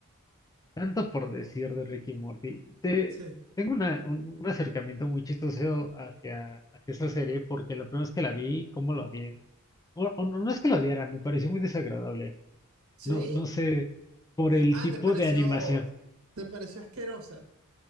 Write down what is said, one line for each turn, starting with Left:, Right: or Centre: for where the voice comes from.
Left: tanto por decir de Rick y Morty. Te,
Right: Sí.
Left: tengo una- un, un acercamiento muy chistoso hacia, hacia esa serie porque la primera vez que la vi, ¿cómo lo odié? O, o no, no es que lo odiara, me pareció muy desagradable.
Right: ¿Sí?
Left: No, no sé, por el
Right: Ah,
Left: tipo
Right: ¿te pareció,
Left: de animación.
Right: te pareció asquerosa?